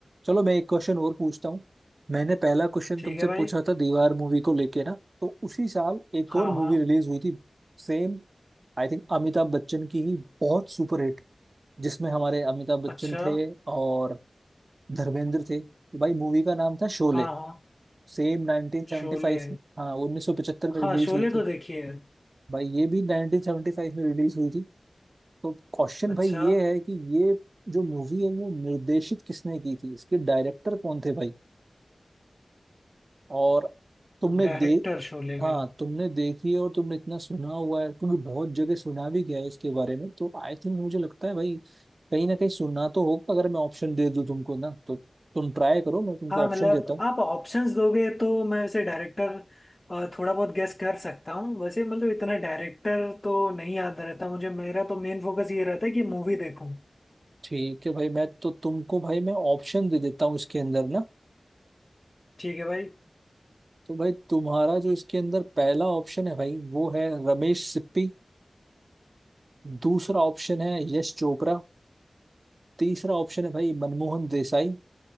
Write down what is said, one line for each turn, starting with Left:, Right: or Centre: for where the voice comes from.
Right: चलो मैं एक क्वेश्चन और पूछता हूँ मैंने पहला क्वेश्चन
Left: ठीक
Right: तुमसे
Left: है भाई
Right: पूछा था दीवार मूवी को लेके ना तो उसी साल एक
Left: हाँ
Right: और मूवी
Left: हाँ
Right: रिलीज हुई थी same I think Amitabh Bachchan की ही बहुत सुपरहिट जिसमें हमारे अमिताभ बच्चन
Left: अच्छा
Right: थे और धर्मेंद्र थे तो भाई मूवी का नाम था शोले
Left: हाँ हाँ
Right: सेम 1975
Left: शोले
Right: में हाँ 1975 में रिलीज
Left: हाँ शोले
Right: हुई थी
Left: तो देखी है
Right: भाई ये भी 1975 में रिलीज हुई थी तो क्वेश्चन
Left: अच्छा
Right: भाई ये है कि ये जो मूवी है वो निर्देशित किसने की थी इसके डायरेक्टर कौन थे भाई और तुमने
Left: डायरेक्टर
Right: दे
Left: शोले
Right: हाँ
Left: के
Right: तुमने देखी है और तुमने इतना सुना हुआ है क्योंकि बहुत जगह सुना भी गया है इसके बारे में तो आई थिंक मुझे लगता है भाई कहीं ना कहीं सुनना तो होगा अगर मैं ऑप्शन दे दूं तुमको ना तो तुम ट्राई करो मैं तुमको
Left: हाँ
Right: ऑप्शन
Left: मतलब
Right: देता हूँ
Left: आप ऑप्शंस दोगे तो मैं ऐसे डायरेक्टर थोड़ा बहुत गेस कर सकता हूँ वैसे मतलब इतना डायरेक्टर तो नहीं याद रहता मुझे मेरा तो मेन फोकस ये रहता है कि मूवी देखूँ
Right: ठीक है भाई मैं तो तुमको भाई मैं ऑप्शन दे देता हूँ इसके अंदर ना
Left: ठीक है भाई
Right: तो भाई तुम्हारा जो इसके अंदर पहला ऑप्शन है भाई वो है रमेश सिप्पी दूसरा ऑप्शन है यश चोपड़ा तीसरा ऑप्शन है भाई मनमोहन देसाई